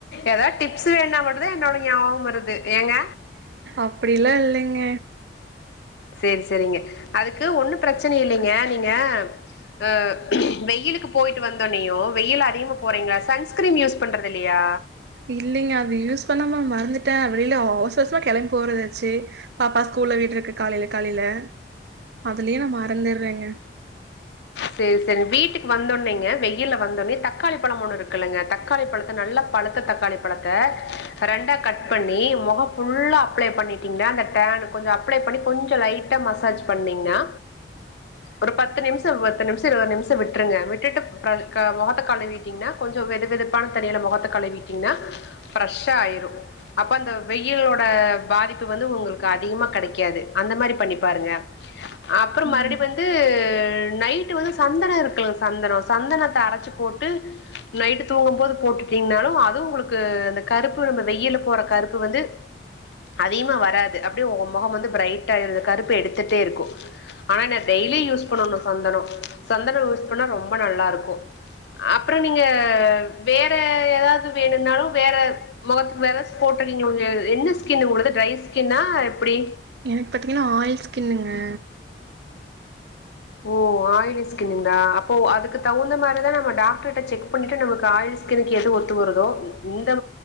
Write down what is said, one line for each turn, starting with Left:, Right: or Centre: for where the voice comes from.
Left: ஏதாவது டிப்ஸ் வேணா மட்டுதான் என்னோட ஞாபகம் வருது ஏங்க
Right: அப்டிலாம் இல்லைங்க
Left: சேர் சேரிங்க அதுக்கு ஒண்ணும் பிரச்சனை இல்லைங்க நீங்க ஆ வெயிலுக்கு போய்ட்டு வந்தோனேயும் வெயில் அதிகமாக போகிறீங்களா சன்ஸ்கிரீம் யூஸ் பண்றது இல்லையா
Right: இல்லைங்க அது யூஸ் பண்ணாம மறந்துட்டேன் வெளில அவசுவாசமா கிளம் போறதாச்சு பாப்பா ஸ்கூல்ல விட்ருக்கு காலைல காலைல அதுலயே நா மறந்துட்றேங்க
Left: சேரி சேரி வீட்டுக்கு வந்தவுட்னேங்க வெயில்ல வந்தோட்னே தக்காளி பழம் ஒண்ணு இருக்குல்லங்க தக் க்காளி பழத்த நல்லா பழுத்த தக்காளி பழத்த ரெண்டா கட் பண்ணி முகம் ஃபுல்லா அப்ளை பண்ணி விட்டிங்கன்னா அந்த டேர்ன்னு கொஞ்சம் அப்ளை பண்ணி கொஞ்சம் லைட்டா மசாஜ் பண்ணீங்கன்னா ஒரு பத்து நிமிஷ் ட்டு பத்து நிமிஷம் இரவது நிமிஷம் விட்டுருங்க விட்டுட்டு ப்ர அ முகத்த கழிவீட்டீங்கன்னா கொஞ்சோ வெது வெதுப்பான தண்ணில முகத்த கழுவிட்டீங்ன்னா ப்ரெஷ்ஷா ஆயிரும் அப்ப அந்த வெயிலோட பாதிப்பு வந்து உங்களுக்கு அதிகமா கிடைக்காது அந்த மாறி பண்ணி பாருங்க அப்புறம்
Right: ம்
Left: மறுபடி வந்து நைட்டு வந்து சந்தனம் இருக்குல்ல சந்தனம் சந்தனத்த அரச்சி போட்டு நைட்டு தூங்கும் போது போட்டுட்டீங்கன்னாலும் அதுவும் உங்களுக்கு அந்த கருப்பு நம்ம வெயில்ல போற கருப்பு வந்து அதிகமா வராது அப்டியே உங்க முகம் வந்து பிரைட்டா இரு கருப்ப எடுத்துட்டே இருக்கும் ஆனா நா டெய்லியும் யூஸ் பண்ணனும் சந்தனம் சந்தனம் யூஸ் பண்ணா ரொம்ப நல்லா இருக்கும் அப்பறம் நீங்க வேற ஏதாவது வேணும்னாலும் வேற முகத்துக்கு வெரஸ் போட்டிருக்கீங்க உ என்ன ஸ்கின் உங்களது ட்ரை ஸ்கின்ன் எப்டி
Right: எனக்கு பார்த்தீங்கன்னா ஆயில் ஸ்கின்னுங்க
Left: ஓ ஆயிலி ஸ்கின்னுங்களா அப்போ அதுக்கு தகுந்த மாரி தான் நம டாக்டர்ட்ட செக் பண்ணிட்டு நமக்கு ஆய்லி ஸ்கின்க்கு எது ஒத்து வருதோ இந்த